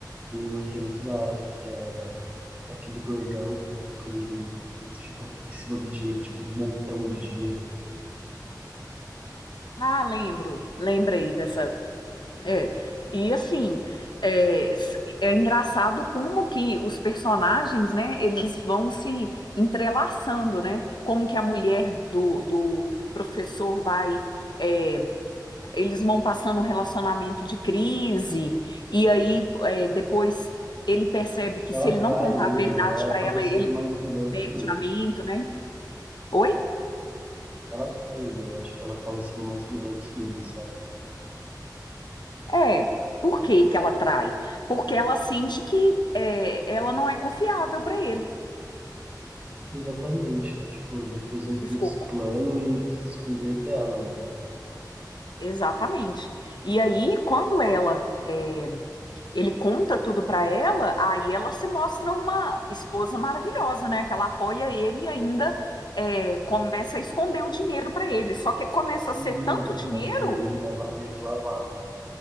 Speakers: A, on the right (about 20°); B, on the left (about 75°).
A: Tem uma que é muito da hora, que é aquele gordão, quando ele, tipo, fica em cima do dinheiro, tipo, do montão de dinheiro.
B: Ah, lembro, lembrei dessa. É. E assim, é, s- é engraçado como que os personagens, né, eles vão se entrelaçando, né? Como que a mulher do, do professor vai. é, eles vão passando um relacionamento de crise, e aí é, depois ele percebe que
A: Ela
B: se ele
A: atrai
B: não contar
A: ele,
B: a verdade
A: ela
B: para
A: acaba
B: ela,
A: sendo
B: ele
A: mais vilã do
B: perde
A: que ele.
B: o casamento, né? Oi?
A: Ela trai ele, eu acho que ela acaba sendo mais vilã que ele, sabe?
B: É. Por que que ela trai? Porque ela sente que é, ela não é confiável para ele.
A: Exatamente, tipo, ele fez um
B: Desculpa.
A: putz plano e ainda quis esconder dela, né?
B: Exatamente. E aí, quando ela é, ele conta tudo para ela, aí ela se mostra uma esposa maravilhosa, né? Que ela apoia ele e ainda é, começa a esconder o dinheiro para ele. Só que começa
A: Sim,
B: a ser tanto dinheiro,
A: ela ajuda ele a la- meio que lavar, né?